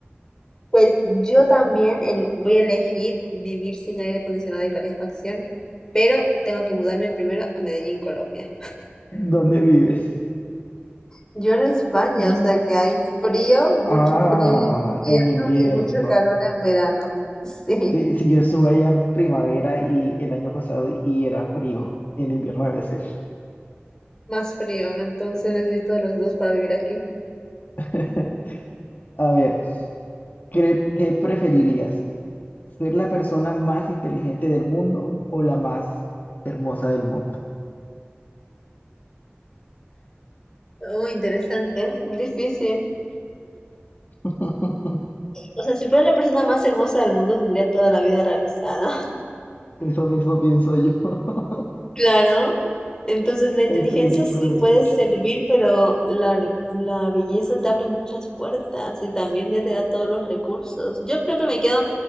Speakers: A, on the left (about 15°); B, on the left (about 50°).
A: Pues yo
B: <laughs>
A: también el- voy a elegir vivir sin aire acondicionado y calefacción, pero tengo que mudarme primero a Medellín, Colombia.
B: ¿Dónde vives?
A: Yo en España,
B: Mm.
A: o sea que hay frío, mucho
B: Ah,
A: frío en invierno
B: en invierno.
A: y mucho calor en verano. <laughs> Sí,
B: Sí, sí, yo estuve allá en primavera y el año pasado y era frío. En invierno debe ser.
A: más frío, entonces necesito de los dos para vivir aquí.
B: <laughs> A ver, ¿qué, qué preferirías? ¿Ser la persona más inteligente del mundo o la más hermosa del mundo?
A: Muy interesante, difícil.
B: <laughs>
A: O sea, si fuera la persona más hermosa del mundo, tendría toda la vida realizada.
B: Eso mismo pienso yo. <laughs>
A: Claro, entonces la inteligencia
B: El pretty
A: sí
B: privilege.
A: puede servir, pero la, la belleza te abre muchas puertas y también ya te da todos los recursos. Yo creo que me quedo,